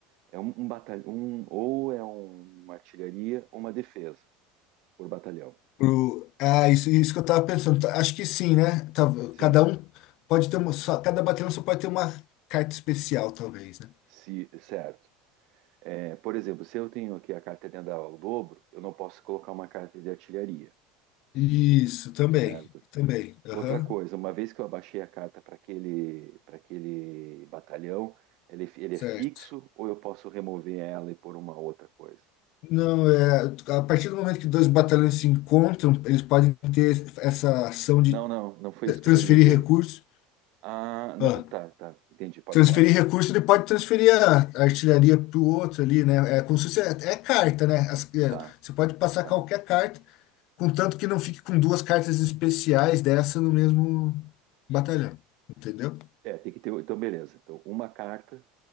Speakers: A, on the right; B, on the left.
A: É um, um batalhão, um, ou é um- uma artilharia ou uma defesa por batalhão.
B: Pro- ah, isso, isso que eu tava pensando. Tá, Acho que sim, né? Tá-
A: Sim,
B: cada um pode ter uma, só, cada batalhão só pode ter uma carta especial, talvez, né?
A: se, certo. É, por exemplo, se eu tenho aqui a carta de andar ao dobro, eu não posso colocar uma carta de artilharia,
B: Isso, também,
A: certo?
B: também. Aham,
A: Outra coisa, uma vez que eu abaixei a carta para aquele, para aquele batalhão, ele, ele
B: certo.
A: é fixo ou eu posso remover ela e pôr uma outra coisa?
B: Não, é, a partir do momento que dois batalhões se encontram, eles podem ter essa ação de
A: Não, não, não foi isso que
B: transferir
A: eu perguntei.
B: recursos.
A: Ah, na-
B: Ah,
A: tá, tá, entendi, pode
B: transferir
A: falar.
B: recurso, ele pode transferir a a artilharia para o outro ali, né? É como se fosse, é, é carta, né? As- é,
A: Tá,
B: você pode passar
A: tá.
B: qualquer carta, contanto que não fique com duas cartas especiais dessa no mesmo batalhão, entendeu?
A: É, tem que ter. Então, beleza. Então, uma carta